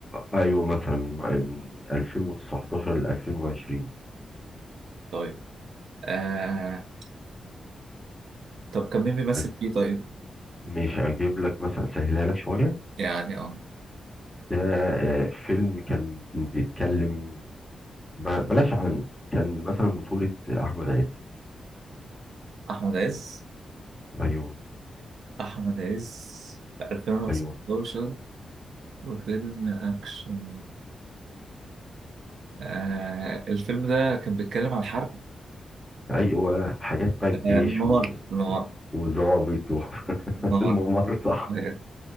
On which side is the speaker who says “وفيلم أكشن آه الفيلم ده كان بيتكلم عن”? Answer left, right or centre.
Right